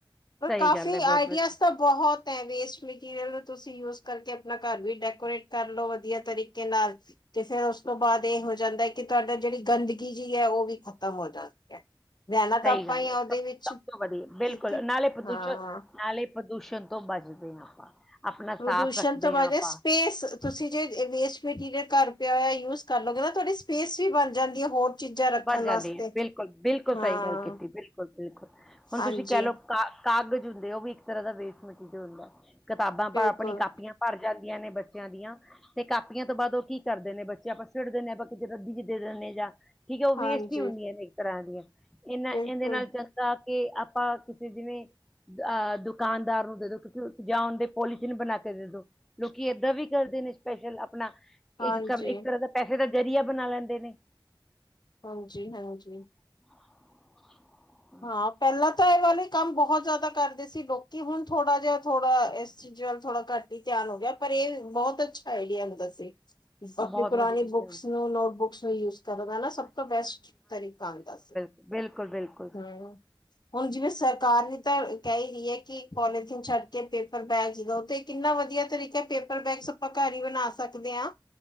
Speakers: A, on the left (about 55°); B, in the centre.
A: ਪਰ
B: ਸਹੀ
A: ਕਾਫੀ
B: ਗੱਲ ਹੈ
A: ਆਈਡੀਅਸ
B: ਬਹੁਤ ਵਧੀਆ
A: ਤਾਂ ਬਹੁਤ ਐ ਵੇਸਟ ਮਟੀਰੀਅਲ ਨੂੰ ਤੁਸੀਂ ਯੂਸ ਕਰਕੇ ਆਪ ਪਣਾ ਘਰ ਵੀ ਡੈਕੋਰੇਟ ਕਰਲੋ ਵਦੀਆ ਤਰੀਕੇ ਨਾਲ ਤੇ ਫੇਰ ਓਸ ਤੋਂ ਬਾਦ ਏ ਹੋ ਜਾਂਦਾ ਹੈ ਕੀ ਤੁਆਡਾ ਜੇੜੀ ਗੰਦ ਗੀ ਜੀ ਐ ਓ ਵੀ ਖ਼ਤਮ ਹੋ ਜਾਂਦੀ ਐ ਰੈਂਣਾ
B: ਸਹੀ
A: ਤਾਂ ਆਪਾਂ
B: ਗੱਲ
A: ਈ ਆ
B: ਹੈ
A: ਓਦੇ
B: ਸਭ
A: ਵੀਚ
B: ਸਭ ਤੋਂ ਵਧੀਆ ਬਿਲਕੁਲ
A: ਠੀਕ ਐ,
B: ਨਾਲੇ ਪ੍ਰਦੂਸ਼ਣ
A: ਹਾਂ
B: ਨਾਲੇ ਪ੍ਰਦੂਸ਼ਣ ਤੋਂ ਬਚਦੇ ਆਂ ਆਪਾਂ। ਆਪਣਾ
A: ਪ੍ਰਦੂਸ਼ਣ
B: ਸਾਫ਼ ਰੱਖਦੇ
A: ਤੋਂ ਬਚਦੇ
B: ਹਾਂ ਆਪਾਂ
A: ਸਪੇਸ ਤੁਸੀਂ ਜੇ ਵੇਸਟ ਮਟੀਰੀਅਲ ਘਰ ਪੇਆ ਹੋਏਆ ਯੂਸ ਕਰ ਲੋਗੇ ਨਾ ਤੁਆਡੀ ਸਪੇਸ ਵੀ ਬਣ ਜਾਂਦੀ ਐ ਹੋਰ ਚੀਜ਼ਾਂ ਰੱਖਣ
B: ਬਣ ਜਾਂਦੀ
A: ਵਾਸਤੇ
B: ਐ ਬੀਲਕੁਲ-ਬੀਲਕੁਲ
A: ਹਾਂ
B: ਸਈ ਗੱਲ ਕੀਤੀ ਬੀਲਕੁਲ-ਬੀਲਕੁਲ ਹੁਣ
A: ਹਾਂਜੀ
B: ਤੁਸੀਂ ਕੈ ਲੋ ਕਾ ਕਾਗਜ਼ ਹੁੰਦੇ ਓ ਵੀ ਏਕ ਤਰਾ ਦਾ ਵੇਸਟ ਮਟੀਰੀਅਲ ਹੁੰਦਾ ਐ ਕਿਤਾਬਾਂ
A: ਬਿਲਕੁਲ
B: ਭ ਆਪਣੀ ਕਾਪੀਆਂ ਭਰ ਜਾਂਦੀ ਦੀਆਂ ਨੇ ਬੱਚੇਆਂ ਦੀਆਂ ਤੇ ਕਾਪੀਆਂ ਤੋਂ ਬਾਦ ਓ ਕੀ ਕਰਦੇ ਨੇ ਬੱਚੇ ਆਪਾਂ ਸੇਟਦੇ ਨੇ ਆਪਾਂ ਕਿ ਰੱਦੀ ਚ ਦੇ ਦੇਂਦੇ ਜਾਂ ਠੀਕ ਐ ਓ ਵੇਸਟ
A: ਹਾਂਜੀ
B: ਈ ਹੁੰਦੀਆਂ ਨੇ ਏਕ ਤਰਾ ਦੀਆਂ ਏਨਾਂ
A: ਬਿਲਕੁਲ
B: ਏਂਦੇ ਨਾਲ ਤਾਂ ਕੇ ਆਪਾਂ ਕੀਸੀ ਜੇਵੇਂ ਅਆ ਦੁਕਾਨਦਾਰ ਨੂੰ ਦੇ ਦੋ ਕਿਉਂਕ ਜਾਂ ਓਦੇ ਪੋਲੀਥੀਨ ਬਣਾ ਕੇ ਦੇ ਦੋ ਲੋਕੀ ਏਦਾਂ ਵੀ ਕਰਦੇ ਨੇ ਸਪੈਸ਼ਲ ਆਪਣਾ
A: ਹਾਂਜੀ
B: ਏਕ ਕਮ ਏਕ ਤਰਾ ਦਾ ਪੈਸੇ ਦਾ ਜ਼ਰੀਆ ਬਣਾ ਲੈਂਦੇ ਨੇ।
A: ਹਾਂਜੀ-ਹਾਂਜੀ।
B: <inaudible>
A: ਹਾਂ ਪੈਲਾਂ ਤਾਂ ਏ ਵਾਲੀ ਕੰਮ ਬੌਹ ਜਾਦਾ ਕਰਦੇ ਸੀ ਲੋਕੀ ਹੁਣ ਥੋੜਾ ਜੇਆ ਥੋੜਾ ਏਸ ਚੀਜੀ ਵੱਲ ਥੋੜਾ ਘੱਟ ਹੀ ਧਿਆਨ ਹੋ ਗਿਆ ਪਰ ਇਹ ਬੋਤ ਅੱਛਾ ਆਈਡੀਆ ਹੁੰਦਾ ਸੀ। ਆਪਣੀ
B: ਬਹੁਤ
A: ਪੁਰਾਣੀ
B: ਵਧੀਆ ਚੀਜ਼ਾਂ
A: ਬੁੱਕਸ
B: ਨੇ
A: ਨੂੰ ਨੋਟਬੁੱਕਸ ਨੂੰ ਯੂਜ ਕਰਨ ਦਾ ਨਾ ਸਭ ਤੋਂ ਬੈਸਟ ਤਰੀਕਾ ਹੁੰਦਾ ਸੀ।
B: ਬਿਲਕੁਲ-ਬਿਲਕੁਲ
A: ਹੂੰ ਹੁਣ ਜਿਵੇਂ ਸਰਕਾਰ ਵੀ ਤਾਂ ਕਹਿ ਰਈ ਏ ਕਿ ਪੋਲੀਥੀਨ ਛੱਡ ਕੇ ਪੇਪ ਪਰ ਬੈਗ ਜਿਦਾ ਉਥੇ ਕਿੰਨਾ ਵਧੀਆ ਤਰੀਕਾ ਹੈ ਪੇਪਰ ਬੈਗਸ ਆਪਾਂ ਘਰ ਈ ਬਣਾ ਸਕਦੇ ਆਂ